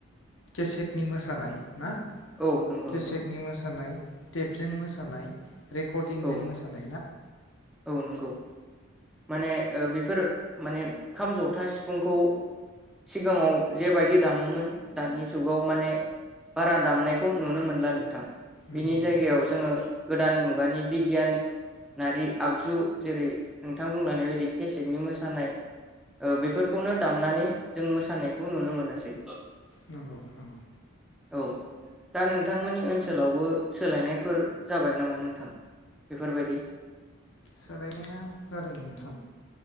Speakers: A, on the left; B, in the centre.
A: केसेकनि मोसानाय ना
B: औ नंगौ
A: केसेकनि
B: नंगौ
A: मोसानाय टेपजों मोसानाय रेकर्डिंजों
B: औ
A: मोसा <unintelligible>
B: औ नंगौ माने बेफोर माने ओं खाम जथा सिफुंखौ सिगाङाव जेबायदि दामोमोन दानि जुगाव माने बारा दामनायखौ नुनो मोनला नोंथां। बिनि
A: नंगौ
B: जायगायाव
A: नंगौ
B: जोङो गोदान मुगानि बिगियानारि आगजु जेरै नोंथां बुंनानै बायदि केसेकनि मोसानाय बेफोरखौनो दामनानै जों मोसानायखौ नुनो मोनासै
A: नंगौ नंगौ
B: औ दा नोंथांमोननि ओनसोलावबो सोलायनायफोर जाबाय नामा नोंथां बेफोरबायदि
A: सोलायनाया जादों नोंथां